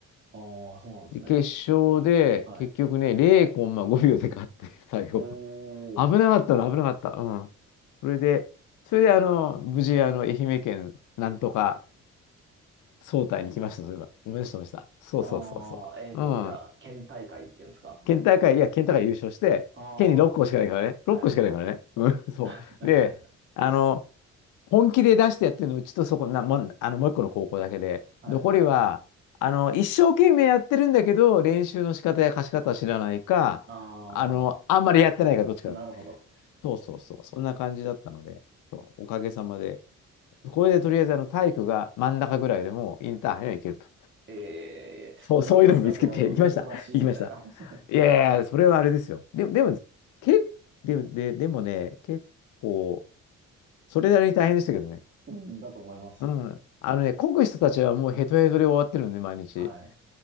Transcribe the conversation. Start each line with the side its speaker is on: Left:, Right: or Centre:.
Right: ーああ、そうなんですね。
Left: で、決勝で、
Right: はい。
Left: 結局ね、0コンマ5秒で勝って、<laughs> 最後。
Right: おー
Left: 危なかったの、危なかった。うん。それで、それで、あの、無事、あの、愛媛県、なんとか、総体に来ました、そういえば。思い出してました。そうそうそうそう。
Right: ああ、えっと、
Left: うん。
Right: じゃあ、県大会っていうんですか。
Left: 県大会、いや、県大会優勝して、
Right: あ
Left: 県に6校しかないからね。
Right: あ、はい。
Left: 6校しかないからね。うん、<laughs> そう。
Right: <laughs>
Left: で、あの、本気で出してやってるの、うちとそこ、な、もう、あの、もう一個の高校だけで、
Right: はい。
Left: 残りは、あの、一生懸命やってるんだけど、練習の仕方や貸し方は知らないか、
Right: あ
Left: あの、あんまりやってないか、どっちかだった。
Right: あ、なるほど。
Left: そうそうそう。そんな感じだったので、そう、おかげさまで。これでとりあえず、あの、体育が真ん中ぐらいでもうインターハイには行けると。
Right: ええ、
Left: そう、
Right: なんですか、
Left: そういうのを見つけて、
Right: その、
Left: 行きました。
Right: ウルトラ
Left: 行きました。
Right: C みたいな。<laughs>
Left: いやいや、それはあれですよ。でも、でも、け、でも、で、でもね、結構、それなりに大変でしたけどね。
Right: うん、だと思います。
Left: うん。あのね、こぐ人たちはもうヘトヘトで終わってるんで、毎日。
Right: はい。